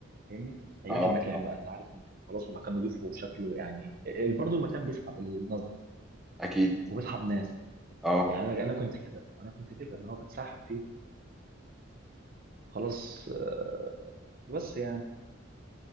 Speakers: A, on the right; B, in the centre.
A: فاهمني هيجيلك
B: اه
A: المكان
B: طبعاً.
A: بقى انت عارف المكان خلاص المكان نضيفه وشكله يعني ال- برضو المكان بيسحب النظر
B: اكيد
A: وبيسحب ناس
B: اه
A: يعني انا انا كنت كده انا كنت كده اللي هو بتسحب فيه خلاص آه، فبس يعني